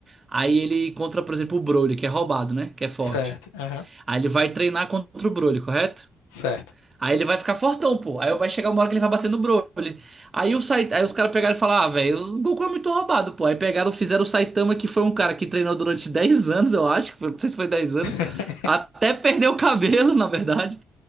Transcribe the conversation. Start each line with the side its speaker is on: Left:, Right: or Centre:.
Right: aí ele encontra, por exemplo, o Broly, que é roubado, né? Que é forte.
Left: Certo, aham,
Right: Aí ele vai treinar contra o Broly, correto?
Left: certo.
Right: Aí ele vai ficar fortão, pô. Aí vai chegar uma hora que ele vai bater no Broly. Aí, o Sai... aí os caras pegaram e falaram, ah, velho, o Goku é muito roubado, pô. Aí pegaram, fizeram o Saitama, que foi um cara que treinou durante 10 anos, eu acho, que foi- não sei se foi 10 anos,
Left: <laughs>
Right: até perdeu o cabelo, <laughs> na verdade.